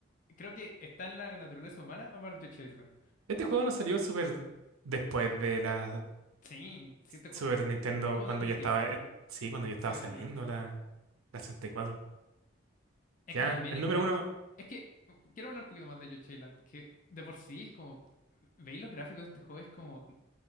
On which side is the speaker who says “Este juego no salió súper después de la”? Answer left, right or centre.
Right